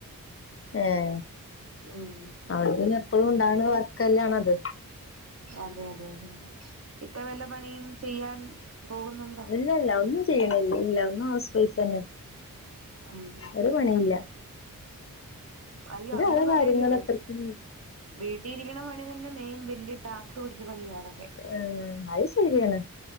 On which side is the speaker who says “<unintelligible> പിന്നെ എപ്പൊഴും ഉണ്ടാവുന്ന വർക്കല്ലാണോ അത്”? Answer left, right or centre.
Left